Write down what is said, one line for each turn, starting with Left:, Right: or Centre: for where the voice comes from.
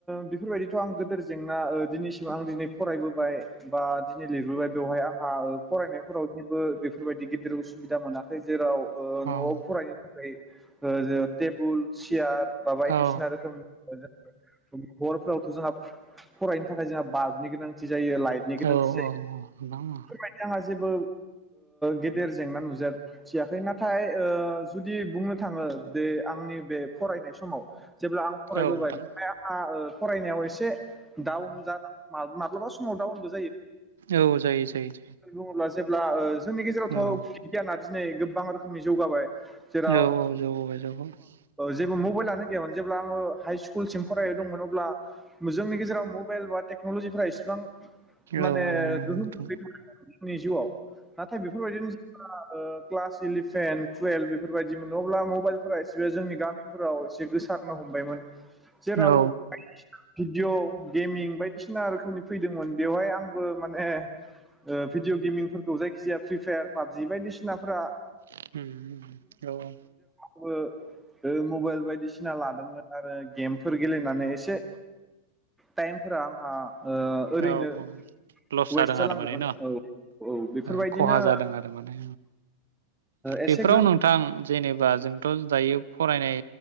Centre: बेफोरबायदिथ आं गोदोर जेंना दिनैसिम आं दिनै फरायबोबाय बा दिनै लिरबोबाय बेवहाय आंहा फरायनायफोराव <unintelligible> बो बेफोरबायदि गिदिर उसुबिदा मोनाखै जेराव ओ न'आव
Right: औ
Centre: फरायनो थाखै ओ जों टेबुल चेयार बा बायदिसिना
Right: औ
Centre: रोखोमनि हरफोरावथ जोंहा फरायनो थाखाय जोंहा बाल्बनि गोनांथि जायो लाइटनि गोनांथि
Right: औ औ
Centre: जायो
Right: औ नोंथां
Centre: जेंबो गेदेर जेंना नुजा थियाखै नाथाय ओ जुदि बुंनो थाङो बे आंनि बे फरायनाय सम समाव जेब्ला आं फरायबोबाय
Right: औ नोंथां
Centre: बेहाय आंहा ओ फरायनायाव एसे डाउन जागोन मा माब्लाबा समाव दाउन‌ बो
Right: औ जायो जायो जायो
Centre: अब्ला जेब्ला ओ जोंनि गेजेरावथ
Right: औ
Centre: गियाना दिनै गोबां रोखोमनि जौगाबाय जेराव
Right: औ औ जौगाबाय जौगाबाय
Centre: ओ जेबो मबाइलानो गैयामोन जेब्ला आङो हाइ स्कुलसिम फरायदोंंमोन अब्ला जोंनि गेजेराव मबाइल बा टेक्नलजिफोरा एसिबां माने
Right: औ
Centre: गोहोम
Right: नोंथां
Centre: खोख्लैनो हादों जोंनि जिउआव नाथाय बेफोरबायदिनो जोङो ओ क्लास इलिभेन टुवेल्भ बेफोरबायदि मोन अब्ला मबाइलफोरा एसे जोंनि गामिफोराव एसे गोसारनो हमबायमोन जेराव
Right: औ
Centre: भिडिय गेमिं बायदिसिना रोखोमनि फैदोंमोन बेवहाय आंबो माने ओ भिडिअ गेमिंफोरखौ जायखिजाया फ्रि फायार पाबजि बायदिसिनाफोरा
Right: उम उम औ औ
Centre: बो मबाइल बायदिसिना लादोंमोन आरो गेमफोर गेलेनानै एसे टाइमफोरा आंहा ओरैनो
Right: औ लस
Centre: वेस्ट
Right: जादों
Centre: जालांदोंमोन
Right: आरो माने न खहा
Centre: औ औ बेफोरबायदिनो
Right: जादों आरो माने
Centre: एसे
Right: बेफोराव
Centre: गोहोम
Right: नोंथां जेनेबा जोंथ दायो फरायनाय